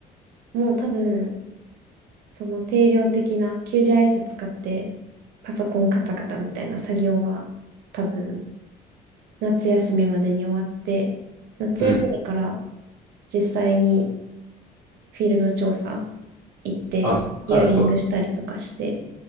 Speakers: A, on the right; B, on the right.
A: もう多分、その定量的な90アイエス使ってパソコンカタカタみたいな作業は多分夏休みまでに終わって、夏休みから
B: うん。
A: 実際にフィールド調査行ってヒアリングしたりとかして、
B: あ、そっから調査する。